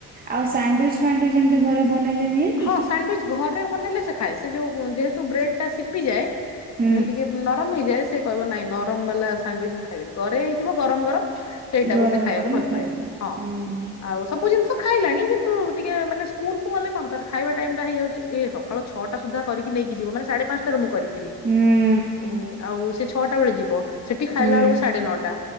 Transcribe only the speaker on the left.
ଆଜ୍ଞା।
ହଁ ସାଣ୍ଡୱିଚ ଘରେ ବନେଇଲେ ସେ ଖାଏ। ସେ ଯୋଉ ଉଁ ଯେହେତୁ ବ୍ରେଡ ଟା ସିପି ଯାଏ।
ଉଁ ଟିକେ ନରମ ହେଇଯାଏ। ସେ କହିବ ନାଇଁ ନରମବାଲା ସାଣ୍ଡୁଇଚି ମୁଁ ଖାଇବିନି। ଗରେ ହେଇଥିବ ଗରମ ଗରମ ସେଇଟାକୁ
ସେ ଖାଇବାକୁ
ଭଲ
ପାଇବ। ହଁ।
ଆଉ ସବୁ ଜିନିଷ ଖାଇଲାଣି କିନ୍ତୁ ଟିକେ ମାନେ ସ୍କୁଲ କୁ ଗଲେ କଣ ତାର ଖାଇବା ଟାଇମ ଟା ହେଇଯାଉଚି। ଇଏ ସକାଳ ଛଟା ସୁଦ୍ଧା କରିକି ନେଇକି ଇ ଯିବ ମାନେ ସାଢେ ପାଞ୍ଚଟାରୁ ମୁଁ କରିଥିବି।
ଉଁ ଆଉ ସେ ଛଅଟା ବେଳେ ଯିବ। ସେଟି ଖାଇଲାଳେକୁ
ସାଢେ ନଅଟା।